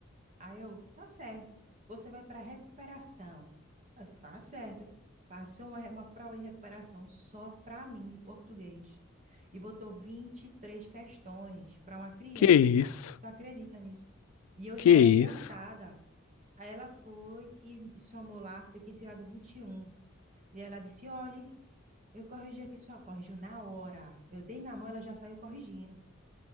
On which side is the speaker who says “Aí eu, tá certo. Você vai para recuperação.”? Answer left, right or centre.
Right